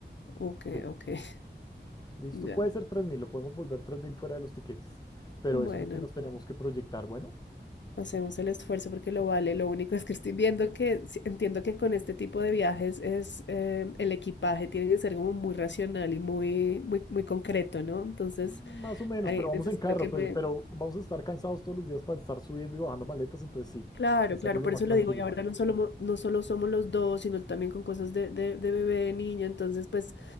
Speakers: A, on the left; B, on the left.
A: Ok,
B: Sí.
A: ok. <laughs>
B: ¿Listo?
A: Ya.
B: Puede ser 3.000 lo podemos volver 3.000 fuera de los tiquetes, pero
A: Bueno,
B: eso es lo que nos tenemos
A: no.
B: que proyectar, bueno.
A: Hacemos el esfuerzo porque lo vale. Lo único es que estoy viendo que sí, entiendo que con este tipo de viajes es eh, el equipaje tiene que ser como muy racional y muy, muy, muy concreto, ¿no? Entonces,
B: Más o menos,
A: ahí
B: pero vamos
A: necesito
B: en carro,
A: que
B: pues,
A: me.
B: pero vamos a estar cansados todos los días para estar subiendo y bajando maletas, entonces sí,
A: Claro,
B: hacerlo
A: claro,
B: lo
A: por
B: más
A: eso
B: tranquilo.
A: lo digo. Y ahora no solo, mo- no solo somos los dos, sino también con cosas de, de, de bebé, de niña. Entonces, pues,